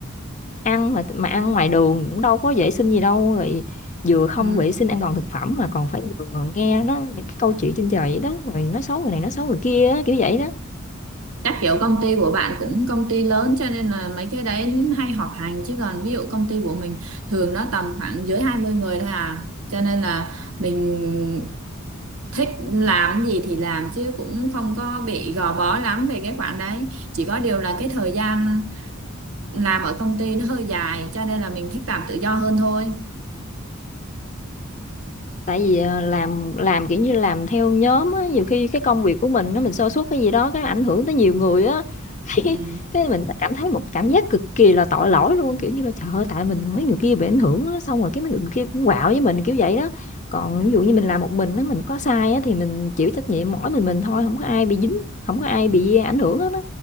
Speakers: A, on the left (about 35°); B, on the right (about 85°).
A: ăn mà mà ăn ngoài đường cũng đâu có vệ sinh gì đâu rồi vừa không
B: ừ
A: vệ sinh an toàn thực phẩm mà còn phải vừa nghe nó những cái câu chuyện trên trời vậy đó rồi nó xấu người này nó xấu người kia á, kiểu vậy đó
B: Chắc kiểu công ty của bạn cũng công ty lớn cho nên là mấy cái đấy hay họp hành chứ còn ví dụ công ty của mình thường nó tầm khoảng dưới 20 người thôi à. Cho nên là mình thích làm gì thì làm chứ cũng không có bị gò bó lắm về cái khoản đấy. Chỉ có điều là cái thời gian làm ở công ty nó hơi dài cho nên là mình thích làm tự do hơn thôi.
A: tại vì à, làm làm kiểu như làm theo nhóm á nhiều khi cái công việc của mình nó mình sa sút cái gì đó cái ảnh hưởng tới nhiều người á <laughs> cái
B: Ừ.
A: cái mình cảm thấy một cảm giác cực kỳ là tội lỗi luôn kiểu như là trời ơi tại mình mấy người kia bị ảnh hưởng á xong rồi cái mấy người kia cũng quạo với mình kiểu vậy đó còn ví dụ như mình làm một mình á mình có sai á thì mình chịu trách nhiệm mỗi mình mình thôi không có ai bị dính không có ai bị ảnh hưởng hết á